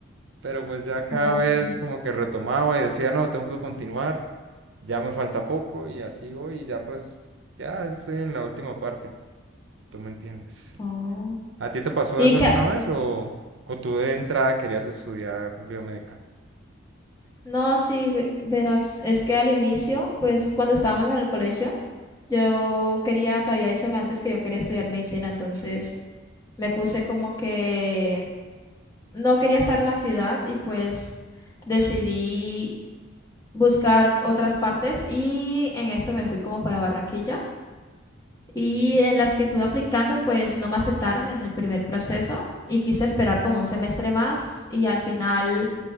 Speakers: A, on the right; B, on the left.
A: pero pues ya cada
B: ok.
A: vez como que retomaba y decía, no, tengo que continuar, ya me falta poco y así voy y ya pues ya estoy en la última parte, tú me entiendes.
B: Oh.
A: ¿A ti te pasó
B: Y
A: eso
B: que,
A: alguna vez o, o tú de entrada querías estudiar biomédica?
B: no, sí, ve- verás, es que al inicio, pues cuando estábamos en el colegio, yo quería, te había dicho que antes que yo quería estudiar medicina, entonces me puse como que no quería estar en la ciudad y pues decidí buscar otras partes y en eso me fui como para Barranquilla. y
A: Ujú.
B: en las que estuve aplicando, pues no me aceptaron en el primer proceso y quise esperar como un semestre más y al final